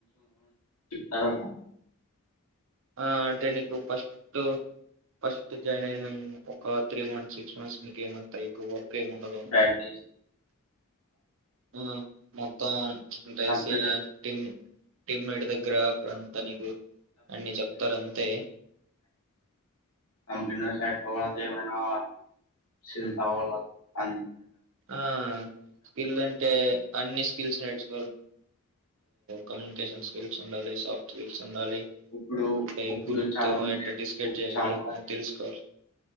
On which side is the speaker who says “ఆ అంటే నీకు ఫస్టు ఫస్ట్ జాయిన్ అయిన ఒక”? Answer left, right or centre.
Right